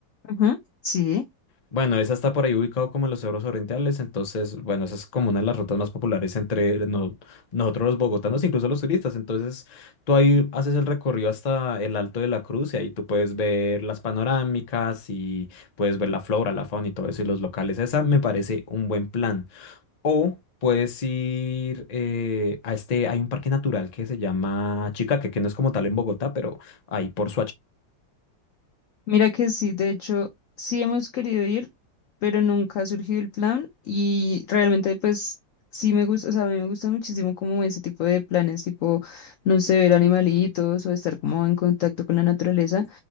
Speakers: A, on the left; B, on the left.
A: Ujú, Sí,
B: Bueno, esa está por ahí ubicado como en los cerros orientales, entonces, bueno, esa es como una de las rutas más populares entre no- nosotros los bogotanos, incluso los turistas. Entonces, tú ahí haces el recorrido hasta el Alto de la Cruz y ahí tú puedes ver las panorámicas y puedes ver la flora, la fauna y todo eso y los locales. Esa me parece un buen plan. O puedes ir eh, a este, hay un parque natural que se llama Chicaque, que no es como tal en Bogotá, pero ahí por
A: mira que sí, de hecho sí hemos querido ir, pero nunca ha surgido el plan y realmente pues sí me gusta, o sea, a mí me gusta muchísimo como ese tipo de planes, tipo, no sé, ver animalitos o estar como en contacto con la naturaleza.